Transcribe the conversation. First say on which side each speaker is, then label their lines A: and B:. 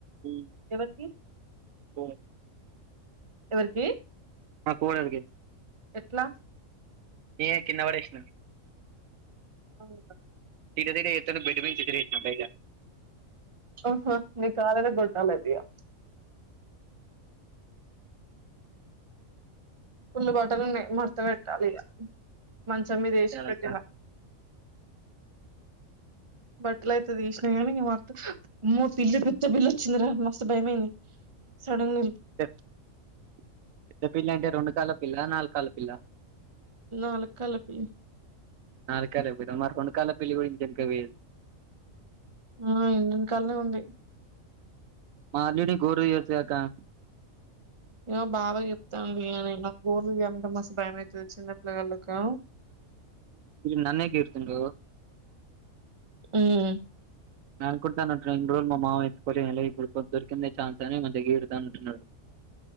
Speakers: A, on the right; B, on the right.
A: ఉమ్,
B: ఎవరికి
A: కోడలి-
B: ఎవరికి
A: మా కోడలికి
B: ఎట్లా
A: నేనే కింద పడేసిన
B: అవున
A: తీట తీట చేస్తుంటే బెడ్ నుంచి ఎగరేసిన బయట
B: ఓహో మీకు ఆల్రెడీ గుట్టలేదిగా పుల్ బటలు ఉన్నాయి ఇగ మర్త పెట్టాలి ఇక మంచం మీద వేసి పెట్టిన
A: అక్క
B: బట్టలు అయితే తీసినా కానీ మత్తు మమ్మో పిల్లి పెద్ద బిల్లి వచ్చిందిరా మస్త్ భయమయింది సడంగ
A: పెద్ద పిల్లి అంటే రెండు కాళ్ల పిల్ల నాలుగు కాళ్ళ పిల్ల
B: నాలుకాళ్ల పిల్లి
A: నాలుగు కాల పిల్ల మరి రెండు కాల పిలి ఇంటి వెనుకకు పోయింది
B: ఆ ఎనకల్నే ఉంది
A: మా అల్లుడి ని గోరు తీయచుగా అక్క
B: ఏమో బాగ చెప్తాను లే న నాకు గోల్ తీయాలంటే మస్త భయం అవుతుంది చిన్నపిల్గలకు
A: నన్నే గీర్తుండు
B: ఉమ్
A: న అనుకుంటా అన్నటునడు ఇన్ని రోజు మామ ఎతుకోలే ఏం లే ఇప్పుడు దొరికింద ఛాన్స్ అని మంచిగా గీరుతా అంటన్నాడు